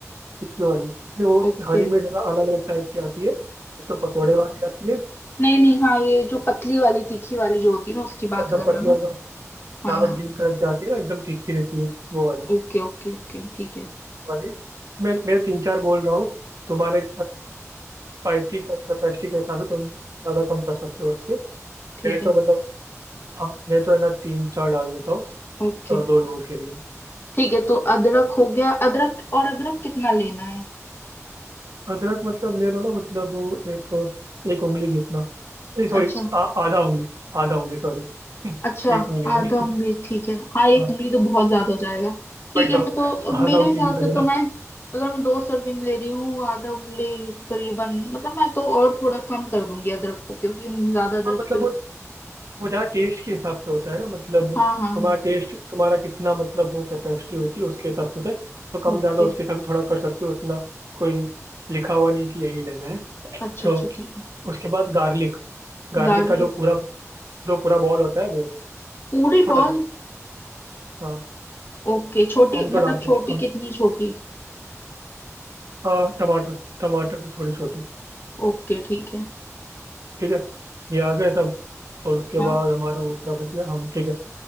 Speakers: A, on the right (about 85°); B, on the left (about 45°).
A: तीखी वाली नहीं वो
B: ओके
A: हरी मिर्च अलग अलग टाइप की आती है एक तो पकौड़े वाली आती है
B: नहीं नहीं हाँ ये जो पतली वाली तीखी वाली जो होती है ना उसकी बात
A: एकदम
B: कर रहे
A: पतली
B: हो ना
A: वाली जो
B: हाँ
A: डार्क
B: हाँ
A: ग्रीन कलर की आती है ना एकदम तीखी रहती है वो वाली
B: ओके ओके ओके ठीक है
A: वाली मैं मैं तीन चार बोल रहा हूँ तुम्हारे स्पाइसी कैपेसिटी के हिसाब से तुम ज़्यादा कम कर सकते हो उसके
B: ठीक
A: मैं
B: है
A: तो मतलब हम मैं तो है ना तीन चार डाल देता हूँ
B: ओके
A: अ, दो लोगों के लिए
B: ठीक है तो अदरक हो गया अदरक और अदरक कितना लेना है
A: अदरक मतलब ले लो ना मतलब वो एक एक उंगली जितना नहीं सॉरी
B: अच्छा
A: आधा उंगली आधा उंगली सॉरी <laughs>
B: अच्छा
A: एक उंगली
B: आधा
A: नहीं
B: उंगली ठीक है हाँ एक
A: हाँ
B: उंगली तो बहुत ज्यादा हो जाएगा ठीक
A: वही
B: है
A: तो
B: मैं तो अब
A: आधा
B: मेरे
A: उंगली
B: हिसाब
A: जितना
B: से
A: लेना
B: तो मैं अगर मैं दो सर्विंग ले रही हूँ आधा उंगली करीबन मतलब मैं तो और थोड़ा कम कर दूंगी अदरक को क्योंकि ज्यादा अदरक
A: हाँ मतलब
B: फिर
A: वो वो जहाँ टेस्ट के हिसाब से होता है ना मतलब
B: हाँ हाँ
A: तुम्हारा
B: हाँ
A: टेस्ट तुम्हारा कितना मतलब वो कैपेसिटी होती है उसके हिसाब से होता है तो कम
B: ओके
A: ज़्यादा उसके हिसाब से थोड़ा कर सकते हो उतना कोई लिखा हुआ नहीं कि यही लेना है
B: अच्छा
A: तो
B: अच्छा ठीक है
A: उसके बाद गार्लिक गार्लिक
B: गार्लिक
A: का जो पूरा जो पूरा बॉल होता है वो
B: पूरी
A: छोटा
B: बॉल
A: सा हाँ
B: ओके छोटी
A: हम तो
B: मतलब
A: डालते
B: छोटी
A: हैं हम
B: कितनी छोटी
A: हाँ टमाटर टमाटर से छोटी छोटी
B: ओके ठीक है
A: ठीक है ये आ गए सब और उसके
B: हाँ
A: बाद हमारा और क्या बच गया हम ठीक है